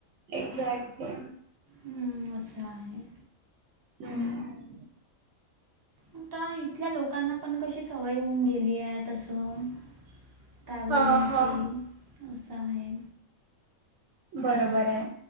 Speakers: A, on the right; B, on the right.
A: एक्झॅक्टली.
B: हम्म असं आहे.
A: हम्म.
B: आता इथल्या लोकांना पण कशी सवय होऊन गेली आहे तसं. ट्रॅव्हलिंगची,
A: हा हा
B: असं आहे.
A: बरोबर आहे.